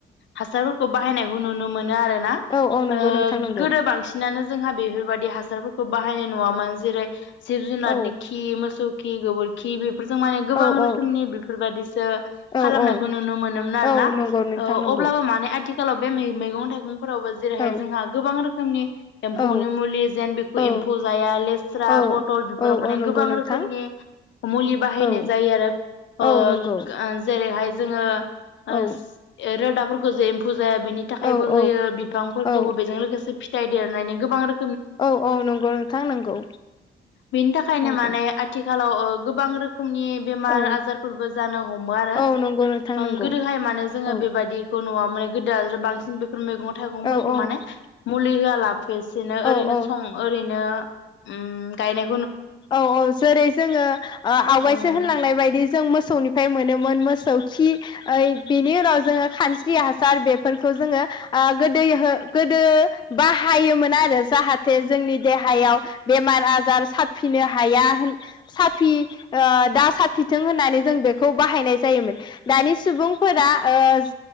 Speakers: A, on the left (about 70°); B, on the left (about 25°).
A: हासारफोरखौ बाहायनायखौ नुनो मोनो आरो ना
B: औ औ नंगौ
A: ओह
B: नोंथां नंगौ
A: गोदो बांसिनानो जोंहा बेफोरबायदि हासारफोरखौ बाहायनाय नुवा मोन जेरै जिब जुनारनि
B: औ
A: खि मोसौ खि गोबोरखि बि जों माने गोबां
B: औ
A: रोखोमनि
B: औ
A: बेफोरबादिसो
B: औ
A: खालामनायखौ
B: औ
A: नुनो मोनोमोन आरोना
B: औ नंगौ नोंथां
A: ओ
B: नंगौ
A: अब्लाबो माने आथि खालाव बे मै-मैगं थाइगं फोरावबो जेरैहाय
B: औ
A: जोंहा गोबां रोखोमनि एम्फौनि
B: औ
A: मुलि जेन बेखौ
B: औ
A: एम्फौ जाया लेस्रा,
B: औ
A: फटल बेफोराव
B: औ
A: माने
B: औ नंगौ
A: गोबां
B: नोंथां
A: रोखोमनि मुलि बाहायनाय
B: औ
A: जायो आरो ओ
B: औ नंगौ
A: जेरैहाय जोङो ओस
B: औ
A: रोदाफोरखौ जे एम्फु जाया बेनि थाखायबो
B: औ
A: होयो
B: औ
A: बिफांफोरखौबो
B: औ
A: बेजों लोगोसे फिथाइ देरनायनि गोबां रो
B: औ औ नंगौ नोंथां। नंगौ
A: बिनि थाखायनो
B: नंगौ
A: माने आथिखालाव ओह गोबां रो खोमनि बेमार
B: औ
A: आजारफोरबो जानो हमो आरो
B: औ नंगौ नोंथां नंगौ
A: ओं गोदोहाय माने जोङो
B: औ
A: बेबायदिखौ नङामोन गोदो आरो बांसिन बे मैगं थाइगंफोरखौ
B: औ औ
A: माने मुलि होआलाबोसेनो ओरैनो
B: औ औ
A: सं ओरैनो ओम गायनाय
B: औ औ जेरै जोङो ओह आवगायसो
A: औ नोंथां
B: होनलांनाय बायदि जों मोसौनिफ्राय मोनोमोन मोस सौ खि ओइ बेनि उनाव जोङो खानस्रि हासार बेफोरखौ जोङो ओह गोदोयो गोदो बाहायोमोन आरो जाहाथे जोंनि देहायाव बेमार आजार सा फिनो हाया होन साफि ओह दा साफिथों होननानै जों बेखौ बाहायनाय जायोमोन दानि सुबुंफोरा ओस